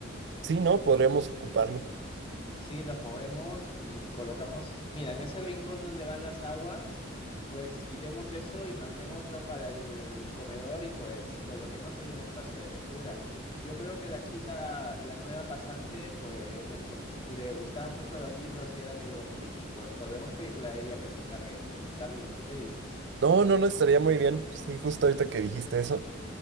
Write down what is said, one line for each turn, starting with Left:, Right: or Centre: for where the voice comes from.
Right: sí, ¿no? Podríamos ocuparlo.
Left: Sí, los movemos y colocamos, mira, en ese rincón donde van las aguas, pues quitemos eso y mandémoslo para el comedor y pues coloquemos ahí un espacio de lectura. Yo creo que la chica, la nueva pasante, pues le, encont- le gustaban mucho los libros y era medio friki, pues podemos pedirle a ella que se encargue de implementarlo. ¿Tú qué dices?
Right: No, no, no estaría muy bien. Sí, justo ahorita que dijiste eso.